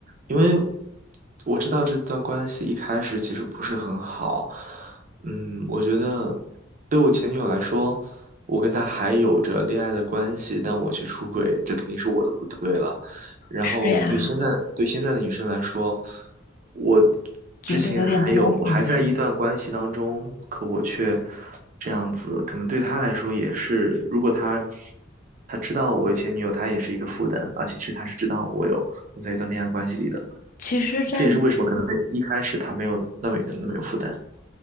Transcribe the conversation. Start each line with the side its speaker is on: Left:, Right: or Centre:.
Right: 因为我知道这段关系一开始其实不是很好。嗯，我觉得对我前女友来说，我跟她还有着恋爱的关系，但我却出轨，这肯定是我的不对。然后对现在对现在的女生来说，
Left: 是呀，
Right: 我
Left: 觉得有点不公平啦。
Right: 之前还有我还在一段关系当中，可我却这样子，可能对她来说也是，如果她她知道我有前女友，她也是一个负担，而且其实她是知道我有我在一段恋爱关系里的，
Left: 其实站在，
Right: 这也是为什么可能一开始她没有那么那么有负担。